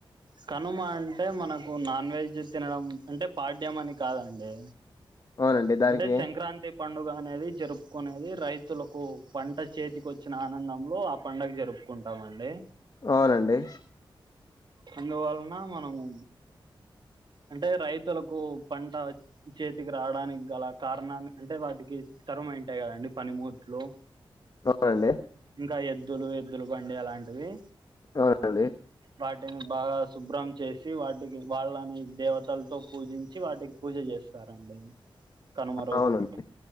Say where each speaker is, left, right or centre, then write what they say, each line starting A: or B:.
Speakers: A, on the right; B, on the left.
A: కనుమ అంటే మనకు నాన్ వెజ్ తినడం అంటే పాడ్యం అని కాదండి
B: అవునండి దానికి
A: అంటే సంక్రాంతి పండుగ అనేది జర్పుకునేది రైతులకు పంట చేతికోచ్చిన ఆనందంలో పండగ జర్పుకుంటామండి
B: అవునండి
A: అందువలన మనము అంటే రైతులకు పంట చేతికి రావడానికి గల కారణాన్ని అంటే వాటికి తరమంటాయి కదండి పనిమూట్లు
B: అవునండి
A: ఇంకా ఎద్దులు ఎద్దుల బండి అలాంటివి
B: అవునండి
A: వాటిని బాగా శుభ్రం చేసి వాటికి వాళ్ళని దేవత్లతో పూజించి వాటికి పూజ చేస్తారండి కనుమ రోజు
B: అవునండి